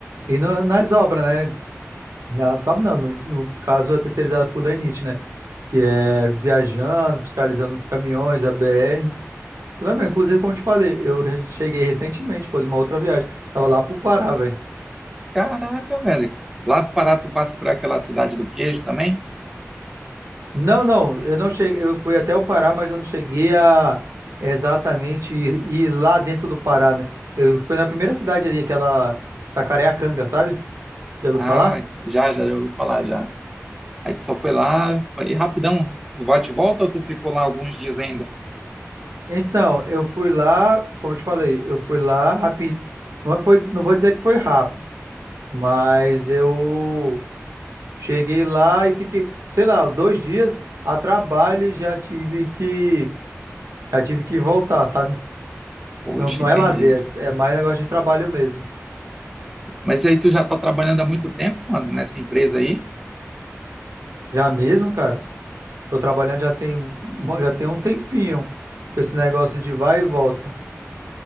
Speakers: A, on the right (about 80°); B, in the centre.
A: e no- nas obras, né? Na, obras não, no, no caso, é terceirizado por Danite, né? Que é viajando, fiscalizando os caminhões, a BR, tudo bem. Inclusive, como eu te falei, eu re- cheguei recentemente, pô, de uma outra viagem. Tava lá pro Pará, velho.
B: Caraca, velho. Lá no Pará, tu passa por aquela cidade do queijo também?
A: Não, não, eu não cheguei, eu fui até o Pará, mas eu não cheguei a exatamente ir, ir lá dentro do Pará, né? Eu fui na primeira cidade ali, aquela Jacareacanga, sabe? Já ouviu
B: Ah,
A: falar?
B: já, já, já ouvi falar já. Aí tu só foi lá, foi rapidão, tipo, bate e volta ou tu ficou lá alguns dias ainda?
A: Então, eu fui lá, como eu te falei, eu fui lá rápido. Não é foi, não vou dizer que foi rápido, mas eu cheguei lá e fiquei, sei lá, dois dias a trabalho e já tive que, já tive que voltar, sabe?
B: Poxa,
A: Não, não
B: entendi.
A: é lazer, é mais negócio de trabalho mesmo.
B: Mas aí tu já tá trabalhando há muito tempo, mano, nessa empresa aí?
A: Já mesmo, cara? Tô trabalhando já tem, um- já tem um tempinho com esse negócio de vai e volta.